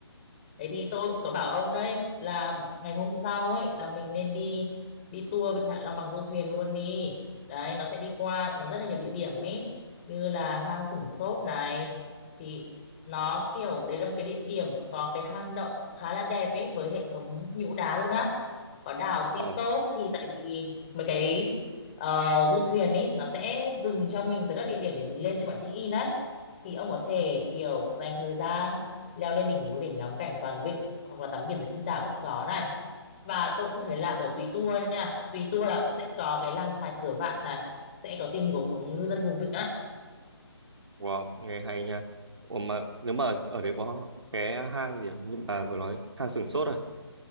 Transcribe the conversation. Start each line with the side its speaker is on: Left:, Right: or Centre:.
Left: Thế thì tôi cũng có bảo ông đấy là ngày hôm sau ấy là mình nên đi đi tour Vịnh Hạ Long bằng du thuyền luôn đi. Đấy, nó sẽ đi qua nó rất là nhiều địa điểm ấy như là hang Sửng Sốt này thì nó kiểu đấy là một cái địa điểm có cái hang động khá là đẹp ấy với hệ thống nhũ đá luôn á. Có đảo Ti
Right: Ờ.
Left: Tốp thì tại vì mấy cái ờ, du thuyền ấy nó sẽ dừng cho mình tới các địa điểm để mình lên trên bản check-in đấy thì ông có thể kiểu dành thời gian leo lên đỉnh núi để ngắm cảnh toàn vịnh hoặc là tắm biển dưới chân đảo cũng có này và tôi cũng thấy là ở Tùy Tua nha Tùy Tua là cũng sẽ có cái làng chài cửa vạn này sẽ có tìm hiểu cuộc sống ngư dân vùng vịnh đấy
Right: Wow, nghe hay nha. Ủa mà nếu mà ở đấy có cái hang gì không? Nhưng bà vừa nói hang sửng sốt à?